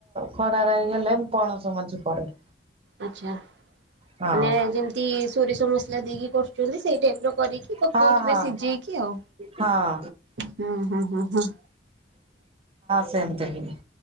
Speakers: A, on the right; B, on the right.
A: ଖଡା ରାଇ ହେଲେ ମ ପଣସ ମଞ୍ଚି ପଡେ।
B: ଆଛା।
A: ହଁ
B: ମାନେ ଯେମିତି ସୋରିଷ ମସଲା ଦେଇକି କରୁଛନ୍ତି ସେଇ ଟାଇପ ର କରିକି ପକଉଥିବେ
A: ହଁ ହଁ
B: ସିଝେଇକି ଆଉ
A: ହଁ
B: ହୁଁ ହୁଁ ହୁଁ ହୁଁ।
A: ସେମତି <unintelligible>